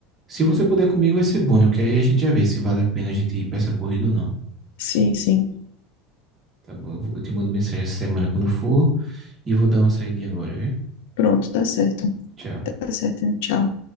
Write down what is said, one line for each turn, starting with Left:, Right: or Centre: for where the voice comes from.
Right: se você puder comigo vai ser bom, né? Porque aí a gente já vê se vale a pena a gente ir pra essa corrida ou não.
Left: Sim, sim.
Right: Tá bom, eu vou- eu te mando mensagem essa semana quando for e vou dar uma saidinha agora, viu?
Left: Pronto, tá certo.
Right: Tchau.
Left: Tá certo. Tchau.